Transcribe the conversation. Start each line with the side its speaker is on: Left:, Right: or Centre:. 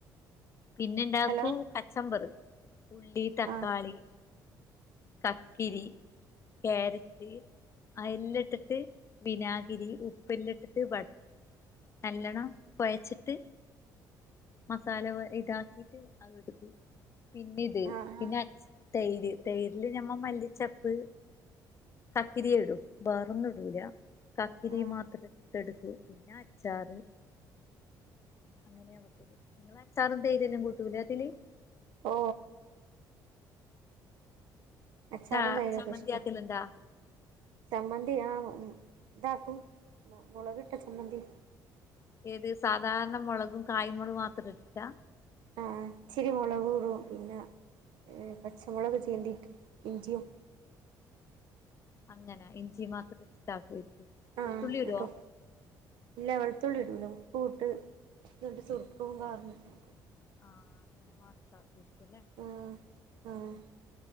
Left: പിന്നെ ഇണ്ടാക്കൂ
Right: ഹലോ
Left: കച്ചമ്പറ് ഉള്ളി തക്കാളി
Right: ആ
Left: കക്കിരി ക്യാരറ്റ് അതെല്ലാ ഇട്ടിട്ട്, വിനാഗിരി ഉപ്പ് എല്ലാ ഇട്ടിട്ട് വ നല്ലണ്ണം കൊഴച്ചിട്ട് മസാല <unintelligible> ഇതാക്കിട്ട് അത് എടുക്കു പിന്നെ ഇത്
Right: ആ
Left: പിന്നെ
Right: ആ
Left: തൈര് തൈര് ഇല് ഞമ്മള് മല്ലിച്ചപ്പ്, കക്കിരി ഇടൂ വേറൊന്നും ഇടൂല, കത്തിരി
Right: ആ
Left: മാത്രം എടുത്തെടുക്കൂ പിന്നെ അച്ചാറ് <unintelligible>
Right: ഓ അച്ചാറും
Left: ച
Right: തൈരൊക്കെ
Left: ചമ്മന്തി
Right: ഇഷ്ട
Left: ആക്കലുണ്ടാ
Right: ചമ്മന്തി ആ ഇതാക്കും മുളകിട്ട ചമ്മന്തി
Left: ഏത് സാധാരണ മുളകും കായ്മുളക് മാത്രം ഇട്ട് ട്ടാ
Right: ആ ഇച്ചിരി മുളകും ഇടും പിന്നെ പച്ചമുളക് ചേന്തിട്ട് ഇഞ്ചിയും
Left: അങ്ങനാ ഇഞ്ചി മാത്രം <unintelligible>
Right: ആ
Left: വെളുത്തുള്ളി
Right: എന്നിട്ട്
Left: ഇടുവോ
Right: ഇല്ല വെളുത്തുള്ളി ഇടൂല ഉപ്പു ‌ ഇട്ട് <unintelligible>
Left: ആഹ് അങ്ങനെ വത്തപ്പരിക്കല്ലേ
Right: ആ ആ